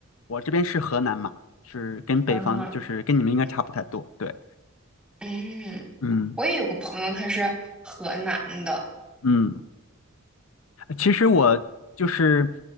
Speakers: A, on the left; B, in the centre.
A: 我这边是河南嘛，是跟北方就是跟你们应该差不太多。
B: 嗯
A: 对，
B: 嗯，
A: 嗯
B: 我也有个朋友，他是河南的，
A: 嗯。其实我就是，